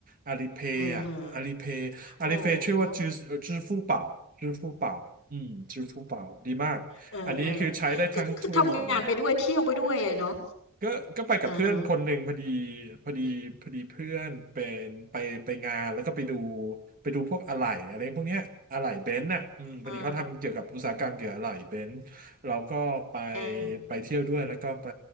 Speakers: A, on the right; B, on the left.
A: Alipay
B: เออฮะ
A: อ่ะ Alipay Alipay
B: โอ้โห
A: ชื่อว่าจื้อ่อจื้อฟู่เป่าจื้อฟู่เป่าอืมจื้อฟู่เป่าดีมากอันนี้คือใช้ได้ทั้งทั่วหมดเลย
B: เออเออก็คือทำงานไปด้วยเที่ยวไปด้วยอะเนาะ
A: ก็ก็ไปกับเพื่อนคนหนึ่งพอดี
B: อ่าฮะ
A: พอดีพอดีเพื่อนเป็นไปไปงานแล้วก็ไปดูไปดูพวกอะไหล่อะไรพวกเนี้ยอะไหล่เบนซ์น่ะอืมพอดีเขาทำเกี่ยวกับอุตสาหกรรมเกี่ยวกับอะไหล่เบนซ์เราก็ไป
B: อ๋อเออ
A: ไปเที่ยวด้วยแล้วก็ไป